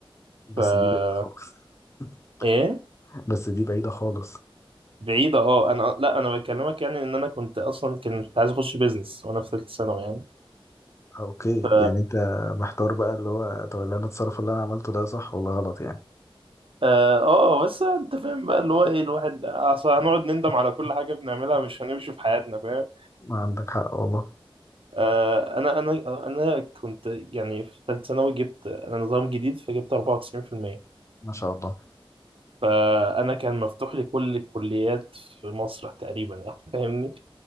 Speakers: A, on the left; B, on the right.
A: بس
B: ف
A: دي بعيدة خالص <laughs>
B: ايه
A: بس دي بعيدة خالص
B: بعيدة اه انا لا انا بكلمك يعني ان انا كنت اصلا كنت عايز اخش بيزنس وانا في ثالثة ثانوي يعني
A: اوكي
B: ف
A: يعني انت محتار بقى اللي هو طب اللي انا اتصرف اللي انا عملته ده صح ولا غلط يعني
B: اه آه، بس انت فاهم بقى اللي هو ايه الواحد اصل هنقعد نندم على كل حاجة بنعملها مش هنمشي في حياتنا فاهم
A: ما عندك حق والله
B: آه انا انا انا كنت يعني في ثالثة ثانوي جبت انا نظام جديد فجبت 94%
A: ما شاء الله
B: فانا كان مفتوح لي كل الكليات في مصر تقريبا يعني فاهمني